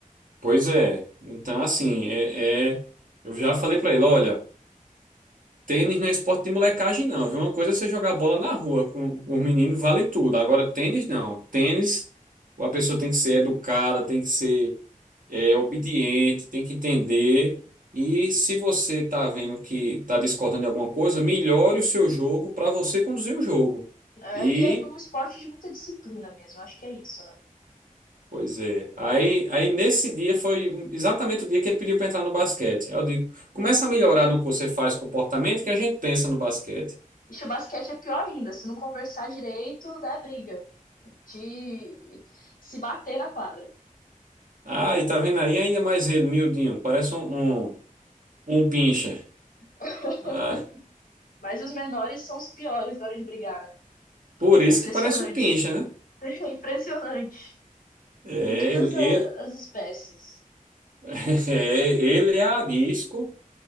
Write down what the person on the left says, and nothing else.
né?
E é um esporte de muita disciplina mesmo, acho que é isso, né?
E o basquete é pior ainda, se não conversar direito, dá briga. De se bater na quadra.
<laughs>
Mas os menores são os piores na hora de brigar, né?
É impressionante.
<laughs>
É impressionante.
Em todas
a-
as espécies.